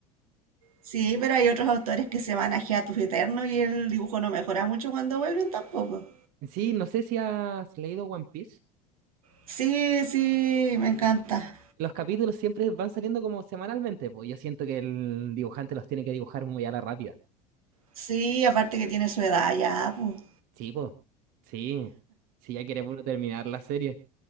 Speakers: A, on the right; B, on the right.
A: Sí, pero hay otros autores que se van a hiatus eterno y el dibujo no mejora mucho cuando vuelven tampoco.
B: Sí, no sé si has leído One Piece.
A: Sí, sí, me
B: Sí.
A: encanta.
B: Los capítulos siempre van saliendo como semanalmente, pues yo siento que el dibujante los tiene que dibujar muy a la rápida.
A: Sí, aparte que tiene su edad ya, pues.
B: Sí, pues. Sí. Si ya quiere puro terminar la serie.